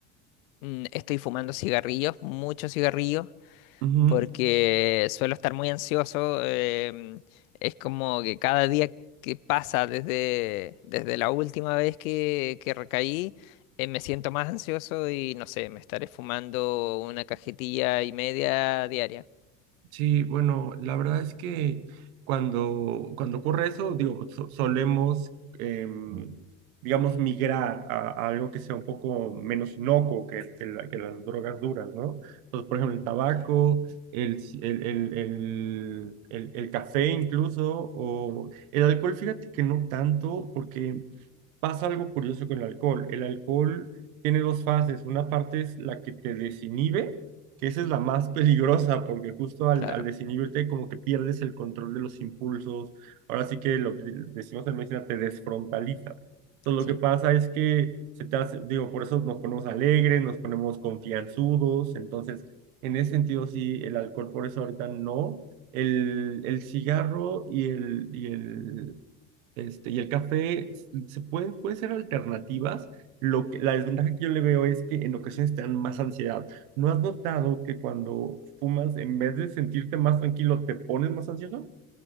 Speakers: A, on the left; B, on the right.
A: Mm, Estoy fumando cigarrillos, muchos cigarrillos,
B: Ujú.
A: porque suelo estar muy ansioso. em, es como que cada día que pasa desde, desde la última vez que, que recaí, eh, me siento más ansioso y no sé, me estaré fumando una cajetilla y media diaria.
B: Sí, bueno, la verdad es que cuando, cuando ocurre eso, digo, so- solemos, em, digamos, migrar a, a algo que sea un poco menos inocuo que, que la- que las drogas duras, ¿no? Entonces, por ejemplo, el tabaco,
A: Ok,
B: el, ci- el, el, el, el- el café incluso, o el alcohol, fíjate que no tanto, porque pasa algo curioso con el alcohol. El alcohol tiene dos fases. Una parte es la que te desinhibe, que esa es la más <laughs> peligrosa, porque justo al,
A: Claro,
B: al desinhibirte como que pierdes el control de los impulsos. Ahora sí que lo que decimos en medicina, te desfrontaliza. Entonces
A: sí.
B: lo que pasa es que se te hace, digo, por eso nos ponemos alegres, nos ponemos confianzudos. Entonces, en ese sentido, sí, el alcohol por eso ahorita no. El, el cigarro y el, y el, este, y el café se pueden, pueden ser alternativas. Lo que, la desventaja que yo le veo es que en ocasiones te dan más ansiedad. ¿No has notado que cuando fumas, en vez de sentirte más tranquilo, te pones más ansioso?